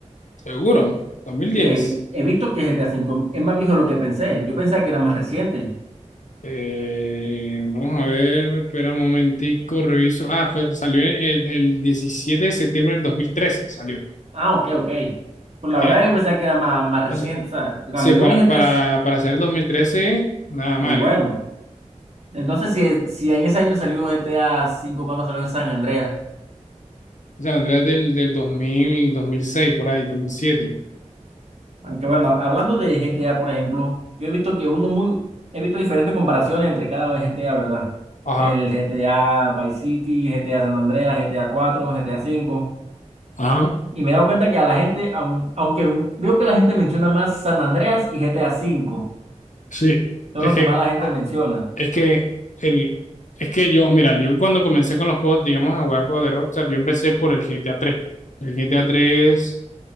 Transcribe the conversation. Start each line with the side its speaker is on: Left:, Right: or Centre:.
Left: Seguro, dos mil diez
Right: Sí, he he visto que GTA cinco es más viejo de lo que pensé. Yo pensaba que era más reciente.
Left: Eh, vamos a ver, espera un momentico, reviso. Ah, fue- salió el, el 17 de septiembre del dos mil trece salió.
Right: Ah, ok, ok. Pues la
Left: Tiene,
Right: verdad yo pensaba que era más, más reciente.
Left: o sea,
Right: O sea, cuando
Left: sí,
Right: yo
Left: para,
Right: vi GTA
Left: para,
Right: es
Left: para hacer el dos mil trece nada
Right: muy
Left: mal,
Right: bueno.
Left: ¿eh?
Right: Entonces, si, si en ese año salió GTA cinco ¿cuándo salió San Andreas?
Left: O sea, Andrés del, del dos dos mil dos mil seis por ahí, dos mil siete
Right: Aunque bueno, hablando de GTA, por ejemplo, yo he visto que uno muy, he visto diferentes comparaciones entre cada GTA, ¿verdad?
Left: Ajá,
Right: El GTA Vice City, GTA San Andreas, GTA 4, GTA cinco.
Left: ajá,
Right: Y me he dado cuenta que a la gente, aun- aunque veo que la gente menciona más San Andreas y GTA cinco,
Left: sí.
Right: son
Left: Es
Right: lo
Left: que,
Right: que más la gente menciona.
Left: es que, el, es que yo, mira, yo cuando comencé con los juegos, digamos, a jugar juegos de Rockstar, yo empecé por el GTA tres El GTA tres